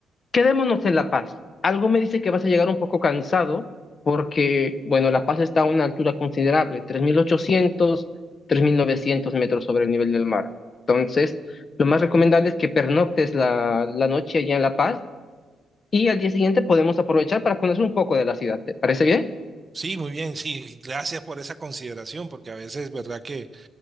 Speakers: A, on the left; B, on the right.
A: Quedémonos en La Paz. Algo me dice que vas a llegar un poco cansado porque, bueno, La Paz está a una altura considerable, tres tres mil ochocientos, tres mil novecientos metros sobre el nivel del mar. Entonces, lo más recomendable es que pernoctes la, la noche allá en La Paz y al día siguiente podemos aprovechar para conocer un poco de la ciudad. ¿Te parece bien?
B: Sí, muy bien, sí, gracias por esa consideración, porque a veces, verdad que,